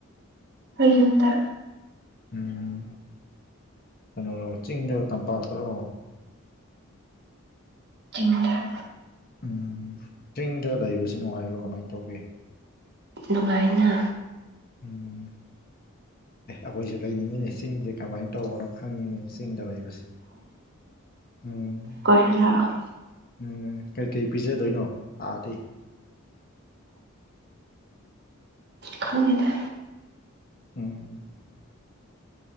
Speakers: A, on the right; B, on the left.
A: ꯑꯩ ꯌꯨꯝꯗ
B: ꯎꯝ ꯀꯩꯅꯣꯔꯣ ꯆꯤꯡꯗꯔꯣ ꯇꯝꯄꯥꯛꯇꯔꯣ
A: ꯆꯤꯡꯗ
B: ꯎꯝ ꯆꯤꯡꯗ ꯂꯩꯕꯁꯤ ꯅꯨꯡꯉꯥꯏꯕ꯭ꯔꯥ ꯀꯃꯥꯏꯅ ꯇꯧꯒꯦ
A: ꯅꯨꯡꯉꯥꯏꯅ
B: ꯎꯝ ꯑꯦ ꯑꯩꯈꯣꯏꯁꯨ ꯂꯩꯅꯤꯡꯉꯤꯅꯦ ꯆꯤꯡꯁꯦ ꯀꯃꯥꯏꯅ ꯇꯧꯕꯅꯣ ꯈꯪꯅꯤꯡꯉꯤ ꯆꯤꯡꯗ ꯂꯩꯕꯁꯦ ꯎꯝ
A: ꯀꯣꯏꯕ ꯂꯥꯛꯑꯣ
B: ꯎꯝ ꯀꯩꯀꯩ ꯄꯤꯖꯗꯣꯏꯅꯣ ꯂꯥꯛꯑꯗꯤ
A: ꯈꯪꯗ
B: ꯎꯝ